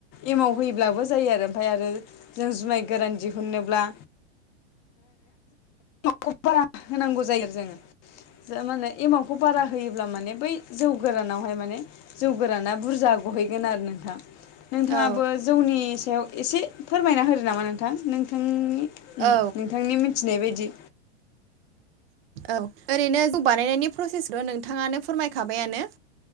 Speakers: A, on the left (about 40°); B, on the right (about 60°).
A: एमाव होयोब्लाबो जायो आरो ओमफफ्राय आरो जों जुमाय गोरान दिहुन्नोब्ला खौ बारा <unintelligible> होनांगौ जायो जोंङो ज माने एमावखौ बारा होयोब्ला माने बै जौ गोरानावहाय माने जौ गोराना बुरजा गहैगोन आरो नोंथां नोंथाङाबो
B: औ
A: जौनि सायाव एसे फोरमायना होदो नामा नोंथां नोंथांनि नोंथांनि
B: औ
A: मिथिनाय बायदि
B: औ ओरैनो जौ बानायनायनि प्रसेसखौ नोंथाङानो फोरमायखाबायानो